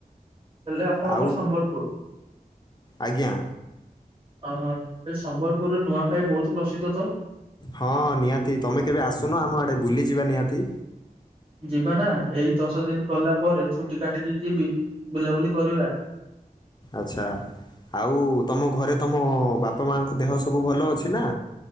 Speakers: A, on the right; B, on the left.
A: ହେଲେ ଆପଣଙ୍କର
B: ଆଉ
A: ସମ୍ବଲପୁର।
B: ଆଜ୍ଞା।
A: ଓହୋ ଏ ସମ୍ବଲପୁରରେ ନୂଆଖାଇ ବୋହୁତୁ ପ୍ରସିଦ୍ଧ ତ।
B: ହଁ ନିହାତି ତମେ କେବେ ଆସୁନ ଆମ ଆଡେ ବୁଲିଯିବା ନିହାତି।
A: ଯିବା ନା ଏଇ ଦଶ ଦିନ ଗଲା ପରେ ଛୁଟି କାଟିକି ଯିବି ବୁଲାବୁଲି କରିବା।
B: ଆଚ୍ଛା ଆଉ ତମ ଘରେ ତମ ବାପା ମାଙ୍କ ଦେହ ସବୁ ଭଲ ଅଛି ନା।